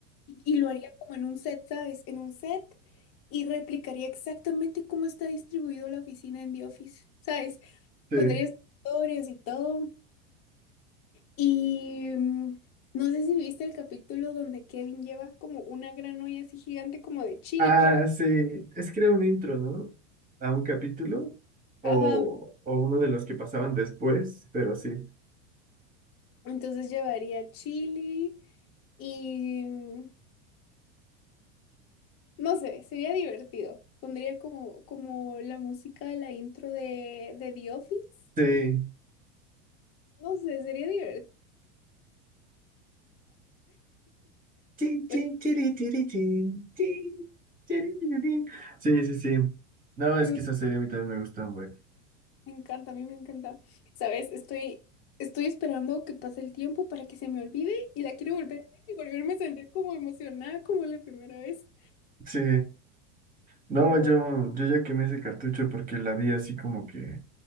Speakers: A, on the left; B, on the right.
A: y, y lo haría como en un set, ¿sabes? En un set y replicaría exactamente cómo está distribuido la oficina en The Office, ¿sabes?
B: Sí.
A: Pondría escritorios y todo. Y mm, no sé si viste el capítulo donde Kevin lleva como una gran olla así gigante como de chili,
B: Ah,
A: creo.
B: sí. Es que era un intro, ¿no? A un capítulo o,
A: Ajá,
B: o uno de los que pasaban después, pero sí.
A: Entonces llevaría chili y mm, no sé, sería divertido. Pondría como, como la música de la intro de, de The Office.
B: Sí.
A: No sé, sería divertido.
B: Chin, chin,
A: Ay,
B: chiri, chiri, chin, chin, chiri, chiri, chin. Sí, sí, sí. No, es
A: Sí, güey,
B: que esa serie a mí también me gusta, güey.
A: Me encanta, a mí me encanta. ¿Sabes? Estoy, estoy esperando que pase el tiempo para que se me olvide y la quiero volver a ver y volverme a sentir como emocionada como la primera vez.
B: Sí. No,
A: Pero
B: yo,
A: la
B: yo ya quemé ese cartucho porque la vi así como que